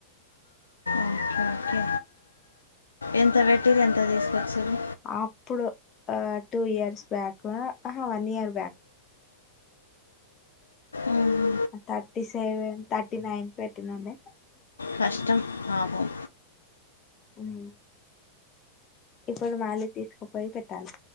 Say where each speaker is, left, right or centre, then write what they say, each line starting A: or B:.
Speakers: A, on the left (about 75°); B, on the left (about 30°).
A: ఓకే ఓకే ఎంత వెట్టిరు ఎంత తీసుకోచ్చారు
B: అప్పుడు ఆ టూ ఇయర్స్ బ్యాక్ ఉ ఆహ వన్ ఇయర్ బ్యాక్
A: ఉమ్,
B: థర్టీ సెవెన్ థర్టీ నైన్ పెట్టినండి
A: కష్టం పాపం
B: ఉమ్ ఇప్పుడు మళ్ళీ తీసుకుపోయి పెట్టాలి